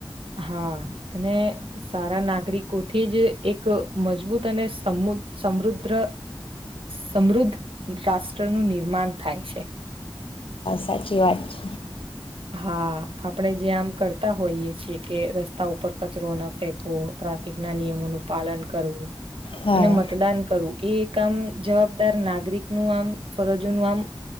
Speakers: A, on the right; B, on the left.
A: હા, અને સારા નાગરિકોથી, જ એક મજબૂત અને સમમૂત સમૃદ્ર. સમૃદ્ધ રાષ્ટ્રનું નિર્માણ થાય છે.
B: સાચી, વાત છે.
A: હા, આપણેે જે આમ કરતા હોઈએ છીએ, કે રસ્તા ઉપર કચરોના ફેંકવો ટ્રાફિક ના. નિયમો નો પાલન કરવું,
B: હા
A: અને મતદાન કરવું. એ એક આમ જવાબદાર, નાગરિક નું આમ ફરજોનું આમ